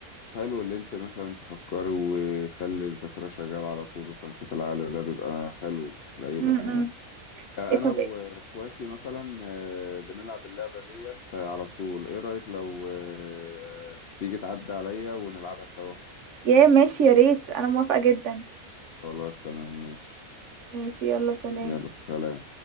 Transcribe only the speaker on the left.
حلو اللي انت مثلا تفكري وخلي الذاكرة شغالة على طول وتنشيط العقل ده بيبقى حلو لأي
بني آدم
انا
واخواتي
مثلا آه، بنلعب اللعبة ديت على طول ايه رأيك لو آه، تيجي تعدي عليا ونلعبها سوا
خلاص تمام ماشي
يلا سلام